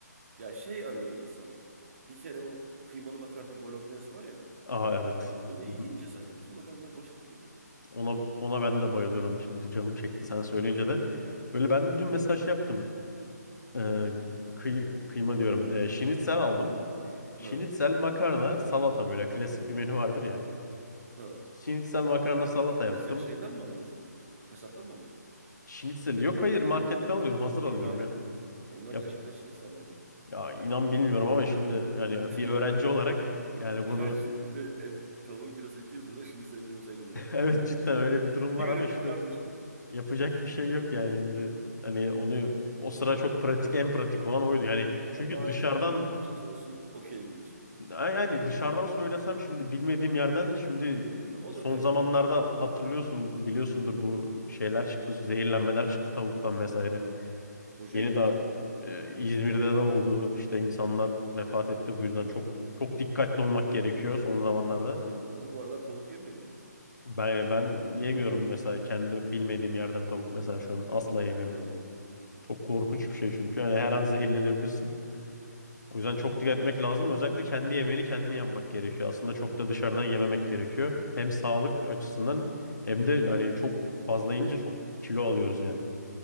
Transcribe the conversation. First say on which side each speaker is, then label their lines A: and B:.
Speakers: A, on the right; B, on the left.
A: Ya şey arıyor insan. Bir kere o kıymalı makarna bolognese var ya.
B: aha evet.
A: Onu yiyince
B: Hı hı.
A: sanki bütün makarnalar boş gibi geliyor ya.
B: Ona, ona ben de bayılıyorum. Şimdi canım çekti sen söyleyince de. Böyle ben de dün mesaj yaptım. Ee, kıy- kıyma diyorum. Ee, şinitsel aldım. Şinitsel
A: Ha
B: makarna salata böyle klasik bir menü vardır ya.
A: ha.
B: Şinitsel makarna salata
A: Şinitseli
B: yaptım.
A: şeyden mi alıyorsun? Kasaptan mı alıyorsun?
B: Şinitsel yok hayır marketten alıyorum hazır alıyorum
A: Eyvah
B: ya.
A: ya. Onlar
B: Ya,
A: gerçekten şinitsel mi acaba?
B: ya inan bilmiyorum ama şimdi yani
A: <laughs>
B: bir öğrenci olarak yani
A: Hayır
B: bunu
A: çünkü şey et, tavuğun kilosu 200 lira, şinitselin kilosu 50 lira
B: <laughs>
A: falan.
B: evet cidden öyle bir durum var
A: Bir gariplik
B: ama işte
A: var bu işte.
B: yapacak bir şey yok yani şimdi hani onu o sıra çok pratik en pratik olan oydu yani çünkü
A: Ya bari
B: dışarıdan
A: tavuğun bir parçası olsun, okeyim diyorsun.
B: Ya Yani dışarıdan söylesem şimdi bilmediğim yerden şimdi
A: Ha, o
B: son
A: da belki
B: zamanlarda
A: de aynısını kullanıyor.
B: hatırlıyorsun biliyorsundur bu şeyler çıktı zehirlenmeler çıktı tavuktan vesaire.
A: Kocaeli
B: Yeni
A: mi
B: daha
A: neydi? Aynen duydum.
B: e, İzmir'de
A: Aynen.
B: de oldu işte insanlar vefat etti bu yüzden çok çok dikkatli olmak gerekiyor son zamanlarda.
A: O zaman bu aralar tavuk yemeyelim mi?
B: Ben ben yemiyorum mesela kendi bilmediğim yerden tavuk mesela şu an asla yemiyorum.
A: Ha.
B: Çok korkunç bir şey çünkü yani her an zehirlenebilirsin. O yüzden çok dikkat etmek lazım. Özellikle kendi yemeğini kendin yapmak gerekiyor. Aslında çok da dışarıdan yememek gerekiyor. Hem sağlık açısından hem de yani çok fazla yiyince çok kilo alıyoruz yani.